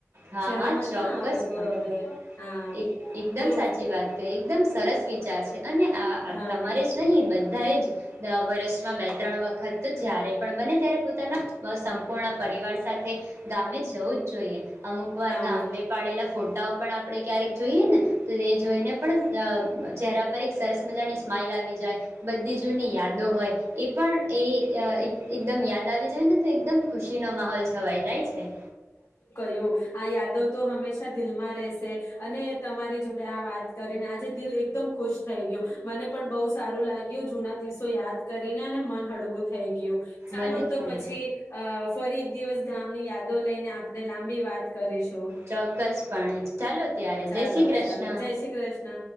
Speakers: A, on the right; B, on the left.
A: હા
B: શહેરોમાં
A: હા ચોક્કસ
B: ક્યાં આ બધું
A: પણે
B: હવે હા
A: એક એકદમ
B: તો
A: સાચી વાત ક એકદમ સરસ વિચાર છે. અને આ
B: હા
A: તમારે જ નહીં બ ધા એજ દર વર્ષમાં બે ત્રણ વખત તો જ્યારે પણ બને ત્યારે પોતાના સંપૂર્ણ પરિવાર સાથે ગામે જવું જ જોઈએ. અમુક વાર
B: હા
A: ગામે પાડેલા ફોટાઓ પણ આપડે ક્યારેક જોઈએ ને તો તે જોઈને પણ અ ચહેરા પર એક સરસ મજાની સ્માઈલ આવી જાય બધી જૂની યાદો હોય એ પણ એ એકદમ યાદ આવી જાય ને તો એકદમ ખુશીનો માહોલ છે છવાઈ જાય છે.
B: <unintelligible> આ યાદો તો હંમેશા દિલમાં રહેશે અને તમારી જોડે આ વાત કરીને આજે દિલ એકદમ ખુશ થઈ ગયો. મને પણ બહુ સારું લાગ્યું જૂના દિવસો યાદ કરીને અને મન હળવું થઈ ગયું. ચાલો
A: મને
B: તો
A: પણ
B: પછી અ ફરી એક દિવસ ગામની યાદો લઈને આપણે લાંબી વાત કરીશું.
A: ચોક્કસપણે <unintelligible> ચાલો ત્યારે જય
B: ચાલો
A: શ્રી કૃષ્ણ.
B: ચાલો જય શ્રી કૃષ્ણ